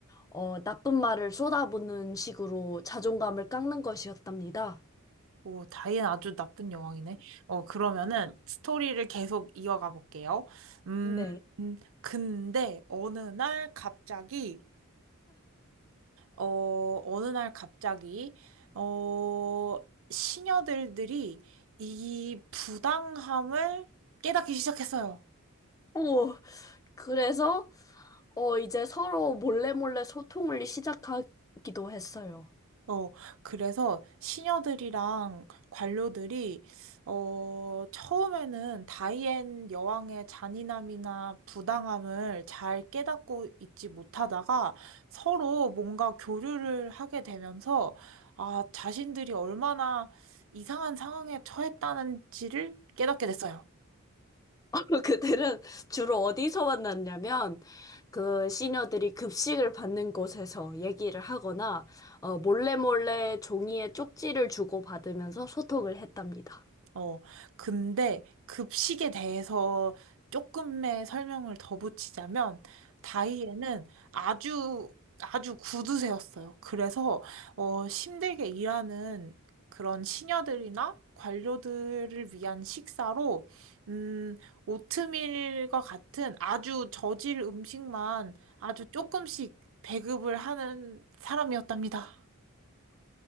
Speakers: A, on the left; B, on the right.
A: 어, 나쁜 말을 쏟아붓는 식으로 자존감을 깎는 것이었답니다.
B: 오, 다이앤 아주 나쁜 여왕이네. 어, 그러면은 스토리를 계속 이어가 볼게요. 음,
A: 네.
B: 음, 근데 어느 날 갑자기 어, 어느 날 갑자기, 어, 시녀들들이 이 부당함을 깨닫기 시작했어요.
A: 오, 그래서 어 이제 서로 몰래 몰래 소통을 시작하기도 했어요.
B: 어, 그래서 시녀들이랑 관료들이, 어, 처음에는 다이앤 여왕의 잔인함이나 부당함을 잘 깨닫고 있지 못하다가 서로 뭔가 교류를 하게 되면서, 아, 자신들이 얼마나 이상한 상황에 처했다는지를 깨닫게 됐어요.
A: <laughs> 그들은 주로 어디서 만났냐면 그 시녀들이 급식을 받는 곳에서 얘기를 하거나 어, 몰래 몰래 종이에 쪽지를 주고받으면서 소통을 했답니다.
B: 어, 근데 급식에 대해서 조금의 설명을 더 붙이자면, 다이에는 아주, 아주 구두쇠였어요. 그래서, 어, 힘들게 일하는 그런 시녀들이나 관료들을 위한 식사로, 음, 오트밀과 같은 아주 저질 음식만 아주 조금씩 배급을 하는 사람이었답니다.